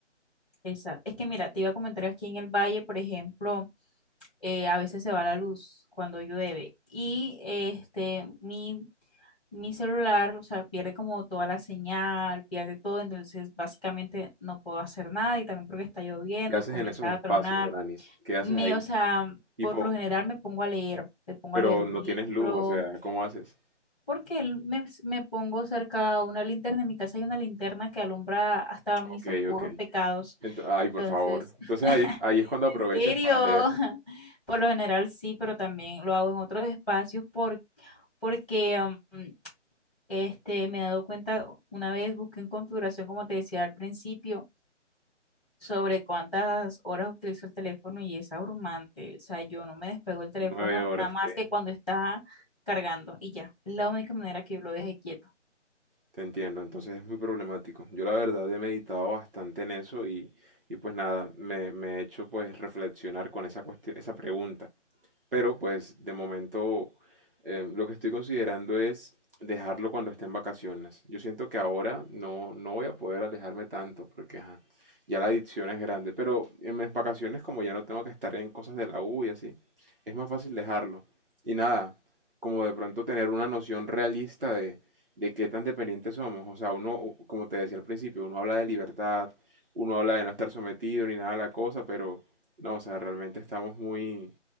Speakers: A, in the centre; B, on the right (about 50°).
A: Exacto. Es que mira, te iba a comentar aquí en el valle, por ejemplo, eh, a veces se va la luz cuando llueve y este, mi, mi celular, o sea, pierde como toda la señal, pierde todo, entonces básicamente no puedo hacer nada y también porque está lloviendo,
B: ¿Qué haces
A: comienza
B: en esos espacios,
A: a tronar.
B: Doranis? ¿Qué haces
A: Me,
B: ahí?
A: o sea,
B: Tipo,
A: por lo general me pongo a leer, me pongo
B: pero
A: a leer un
B: no
A: libro,
B: tienes luz, o sea, ¿cómo haces?
A: porque el- me, me pongo cerca a una linterna. En mi casa hay una linterna que alumbra hasta mis
B: Ok,
A: oscuros
B: ok.
A: pecados.
B: Ento- ay,
A: Entonces,
B: por favor. Entonces
A: <laughs>
B: ahí, ahí es cuando
A: en
B: aprovechas
A: serio,
B: para leer
A: <laughs> por lo general sí, pero también lo hago en otros espacios por- porque um, este, me he dado cuenta, una vez busqué en configuración, como te decía al principio, sobre cuántas horas utilizo el teléfono y es abrumante. O sea, yo no me despego el teléfono
B: nueve horas,
A: nada más
B: ¿qué?
A: que cuando está cargando y ya. Es la única manera que yo lo deje quieto.
B: Te entiendo, entonces es muy problemático. Yo la verdad he meditado bastante en eso y, y pues nada, me, me he hecho pues reflexionar con esa cuestión, esa pregunta. Pero pues de momento em, lo que estoy considerando es dejarlo cuando esté en vacaciones. Yo siento que ahora no, no voy a poder alejarme tanto porque ajá, ya la adicción es grande. Pero en mis vacaciones como ya no tengo que estar en cosas de la U y así, es más fácil dejarlo. Y nada, como de pronto tener una noción realista de, de qué tan dependientes somos. O sea, uno, como te decía al principio, uno habla de libertad, uno habla de no estar sometido ni nada a la cosa, pero no, o sea, realmente estamos muy